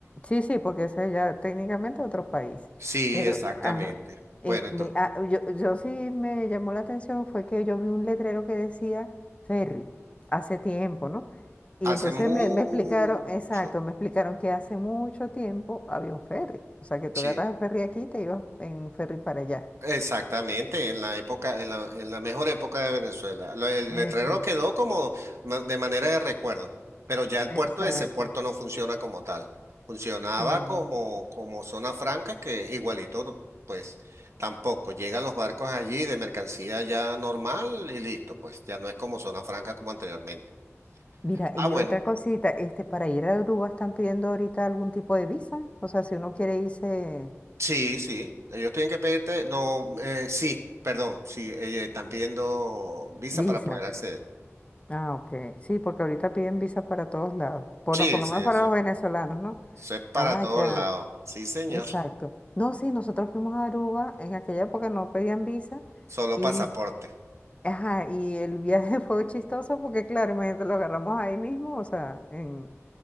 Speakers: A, on the left; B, on the right.
A: Sí, sí, porque eso es ya técnicamente otro país.
B: Sí,
A: Pero,
B: exactamente.
A: ajá,
B: Bueno,
A: eh,
B: entonces,
A: me- ah, yo, yo sí me llamó la atención fue que yo vi un letrero que decía ferry hace tiempo, ¿no? Y
B: hace
A: entonces
B: mucho.
A: me, me explicaron, exacto, me explicaron que hace mucho tiempo había un ferry. O sea, que tú
B: Sí.
A: agarras el ferry aquí y te ibas en ferry para allá.
B: Exactamente, en la época, en la, en la mejor época de Venezuela. Lo- el
A: Exacto,
B: letrero quedó como ma- de manera de recuerdo, pero ya el
A: exacto,
B: puerto, ese puerto no funciona como tal. Funcionaba
A: claro.
B: como, como zona franca, que igualito, pues tampoco. Llegan los barcos allí de mercancía ya normal y listo, pues ya no es como zona franca como anteriormente.
A: Mira,
B: Ah,
A: y
B: bueno,
A: otra cosita, este, para ir a Aruba están pidiendo ahorita algún tipo de visa. O sea, si uno quiere irse...
B: sí, sí, ellos tienen que pedirte, no, eh, sí, perdón, sí, eh, están pidiendo visa
A: Visa.
B: para poder acceder.
A: Ah, ok. Sí, porque ahorita piden visa para todos lados. Por,
B: Sí,
A: lo- por lo
B: sí,
A: menos
B: eso
A: para los venezolanos, ¿no?
B: Eso es para
A: Ah,
B: todos
A: ya.
B: lados. Sí, señor.
A: Exacto. No, sí, nosotros fuimos a Aruba. En aquella época no pedían visa.
B: Solo
A: Y,
B: pasaporte.
A: ajá, y el viaje <laughs> fue chistoso porque, claro, imagínate, lo agarramos ahí mismo, o sea, en,